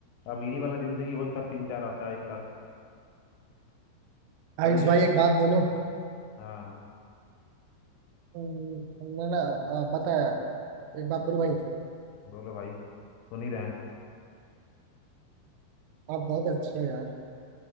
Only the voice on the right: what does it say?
आयुष भाई एक बात बोलो
हम्म, ना ना आ, बताया एक बात बोलो भाई
आप बहुत अच्छे हो यार